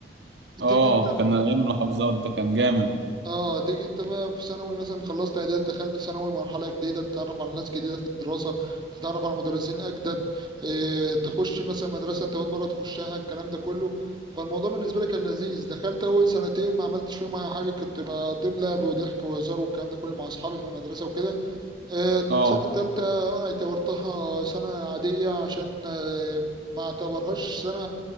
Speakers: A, on the right; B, on the right.
A: آه
B: تيجي
A: كان أيام المحافظات ده كان جامد
B: اه تيجي انت بقى في ثانوي مثلا خلصت اعدادي دخلت ثانوي مرحله جديده تتعرف على ناس جديده في الدراسه تتعرف على مدرسين اجدد اه تخش مثلا مدرسه انت اول مره تخشها الكلام ده كله فالموضوع بالنسبه لي كان لذيذ دخلت اول سنتين ما عملتش فيهم اي حاجه كنت بقضيهم لعب وضحك وهزار والكلام ده كله مع اصحابي في المدرسه وكده آه،
A: آه
B: سنة تالتة اعتبرتها سنة عادية عشان آه، ما اعتبرهاش سنة